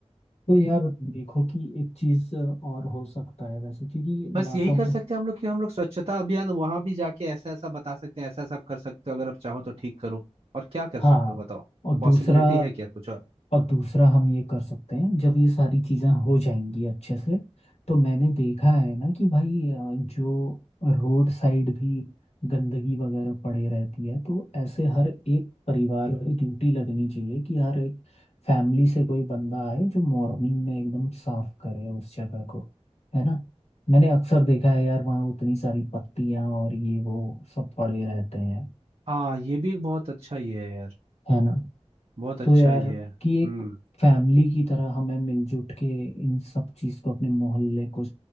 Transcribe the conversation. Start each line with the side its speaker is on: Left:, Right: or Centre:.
Left: तो यार देखो कि एक चीज और हो सकता है वैसे क्योंकि
Right: बस
Left: लातों
Right: यही कर सकते
Left: के
Right: हैं हम लोग कि हम लोग स्वच्छता अभियान वहां भी जाके ऐसा ऐसा बता सकते हैं ऐसा ऐसा आप कर सकते हो अगर आप चाहो तो ठीक करो और क्या कर
Left: हाँ
Right: सकते हो बताओ
Left: और दूसरा
Right: पॉसिबिलिटी है क्या कुछ और
Left: और दूसरा हम ये कर सकते हैं जब ये सारी चीज़ें हो जाएंगी अच्छे से तो मैंने देखा है ना कि भाई अ, जो रोड साइड भी गंदगी वगैरह पड़ी रहती है तो ऐसे हर एक परिवार की ड्यूटी लगनी चाहिए कि हर एक फैमिली से कोई बंदा आए जो मॉर्निंग में एकदम साफ करे उस जगह को है ना मैंने अक्सर देखा है यार वहाँ उतनी सारी पत्तियाँ और ये वो सब पड़े रहते हैं
Right: हाँ ये भी एक बहुत अच्छा ये है यार
Left: है ना
Right: बहुत अच्छा
Left: तो यार
Right: ये है हम्म
Left: कि एक फैमिली की तरह हमें मिलजुल के इन सब चीज को अपने मोहल्ले को